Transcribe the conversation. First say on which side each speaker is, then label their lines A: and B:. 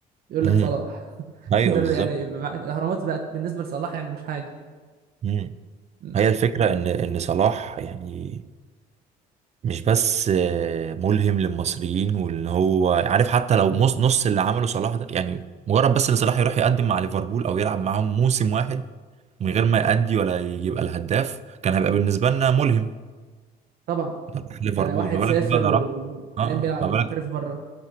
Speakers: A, on the right; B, on the right.
A: يقول
B: امم
A: لك صلاح <laughs>
B: ايوه
A: ده
B: بالظبط
A: يعني مع- الاهرامات بقت بالنسبه لصلاح يعني مش حاجه
B: امم
A: م.
B: هي الفكرة ان ان صلاح يعني مش بس آه، ملهم للمصريين وان هو عارف حتى لو مص- نص اللي عمله صلاح ده يعني مجرد بس ان صلاح يروح يقدم مع ليفربول او يلعب معاهم موسم واحد من غير ما يأدي ولا يبقى الهداف كان هيبقى بالنسبة لنا ملهم
A: طبعا
B: ده راح ليفربول
A: انت واحد
B: ما بالك
A: سافر
B: بقى ده
A: وحاليا
B: راح اه
A: بيلعب
B: آه، ما
A: ومحترف
B: بالك
A: بره